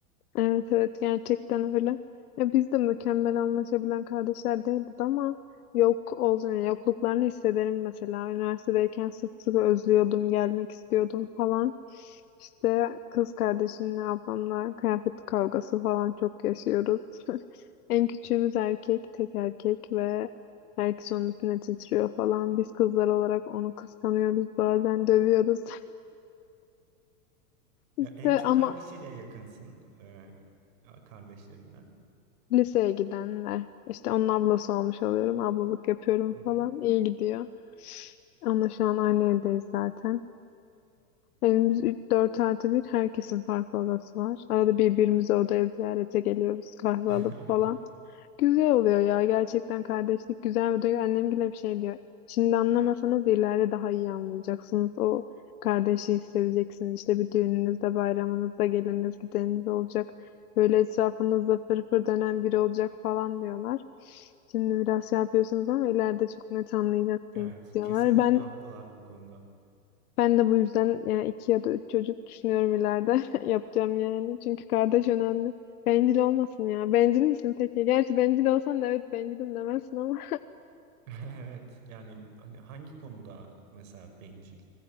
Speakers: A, on the left; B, on the right.
A: Evet evet gerçekten öyle. Ya biz de mükemmel anlaşabilen kardeşler değildik ama yok olsun yani yokluklarını hissederim mesela. Üniversitedeyken sık sık özlüyordum, gelmek istiyordum falan. İşte kız kardeşimle ablamla kıyafet kavgası falan çok yaşıyoruz. <laughs> En küçüğümüz erkek, tek erkek ve herkes onun üstüne titriyor falan. Biz kızlar olarak onu kıskanıyoruz, bazen dövüyoruz. <laughs> İşte
B: Ya en çok
A: ama
B: hangisiyle yakınsın e, kardeşlerinden?
A: Liseye gidenler. İşte onun ablası olmuş oluyorum. Ablalık yapıyorum
B: Hı hı.
A: falan. İyi gidiyor. Onunla şu an aynı evdeyiz zaten. Ee, evimiz 4 artı bir, Herkesin farklı odası var. Arada birbirimizi odaya ziyarete geliyoruz. Kahve
B: <laughs>
A: alıp falan. Güzel oluyor ya. Gerçekten kardeşlik güzel oluyor. Annem bile bir şey diyor. Şimdi anlamasanız da ileride daha iyi anlayacaksınız. O kardeşi hissedeceksiniz. İşte bir düğününüzde, bayramınızda geliniz, gideniniz olacak. Böyle etrafınızda fırfır dönen biri olacak falan diyorlar. Şimdi biraz şey yapıyorsunuz ama ileride çok net anlayacaksınız
B: Evet,
A: diyorlar.
B: kesinlikle
A: Ben
B: haklılar bu konuda.
A: ben de bu yüzden yani iki ya da üç çocuk düşünüyorum ileride <laughs> yapacağım yani. Çünkü kardeş önemli. Bencil olmasın ya. Bencil misin peki? Gerçi bencil olsan da evet bencilim demezsin ama
B: <laughs> Evet yani hani hangi konuda mesela bencil